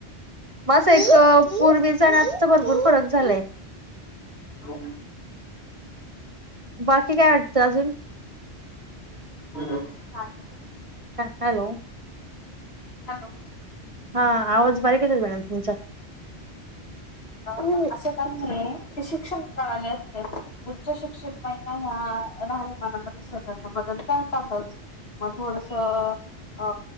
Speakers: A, on the right; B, on the left.
A: म असं एक पूर्वीचा आणि आत्ताचा भरपूर फरक झालाय.
B: हो
A: बाकी काय वाटतं अजून?
B: <unintelligible>
A: ह हॅलो
B: हॅलो
A: हा आवाज बारीक येतोय मॅडम तुमचा. हा.
B: अस काही नाहीय ते शिक्षण प्रणाली असते, उच्च शिक्षित बायका ह्या राहणीमानामध्ये स्वतःचा बदल करतातच. मग थोडसं अ